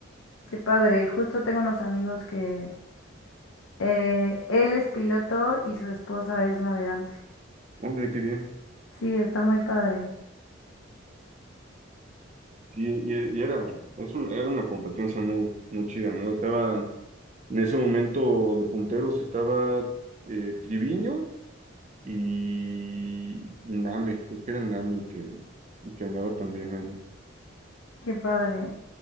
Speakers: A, on the left; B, on the right.
A: Qué padre. Justo tengo unos amigos que eh, él es piloto y su esposa es navegante.
B: Hombre, qué bien.
A: Sí, está muy padre.
B: Y, y- y era, es un- era una competencia muy, muy chida, ¿no? Estaba, en ese momento de punteros estaba eh, Triviño y, y Nami, creo que era Nami que, que andaba también ahí.
A: Qué padre.